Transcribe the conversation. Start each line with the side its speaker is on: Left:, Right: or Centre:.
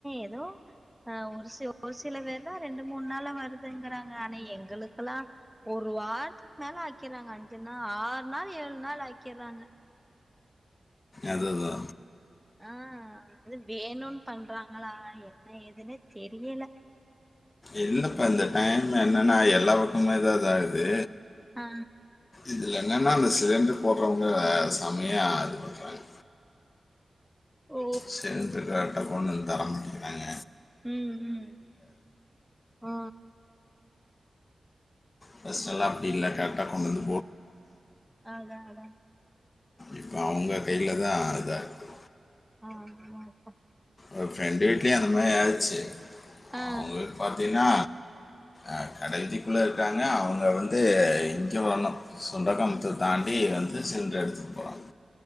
Centre: எதோ ஆ ஒரு சில ஒரு சில பேருதா ரெண்டு மூணு நாள்ல வருதுங்குறாங்க ஆனா எங்களுக்கலா ஒரு வாரத்துக் மேல ஆக்கிறாங்க அஞ்சு நா ஆறு நாள் ஏழு நாள் ஆக்கிர்றாங்க
Left: அதுதா
Centre: ஆ அது வேணுன் பண்றாங்களா என்ன ஏதுனே தெரியல
Left: இல்லப்பா இந்த டைம் என்னனா எல்லா பக்கமேதா இதாகுது
Centre: ஆ
Left: இதுல என்னனா அந்த சிலிண்ட்ரு போட்றவுங்க செம்மயா இது பண்றாங்க
Centre: ஓ
Left: சிலிண்ட்ரு கரட்டா கொண்டு வந்து தர மாட் டிக்கிறாங்க
Centre: ம் ம் ஆ
Left: ஃபஸ்ட் எல்லா அப்டிஇல்ல கரெக்டா கொண்டந்து
Centre: அதா அதா
Left: இப்ப அவுங்க கைல தா இதா இருக்கு
Centre: ஆமாப்பா
Left: ஒரு ஃப்ரெண்டு வீ்ட்லயு அந்த மாரி ஆச்சு
Centre: ஆ
Left: அவுங்களுக் பாத்திங்னா அ கடவீதிக்குள்ள இருக்காங்க அவுங்க வந்து இங்க வர்லா சுண்டக்காமாத்துர் தாண்டி வந்து சிலிண்டர் எடுத்துட்டு போறாங்க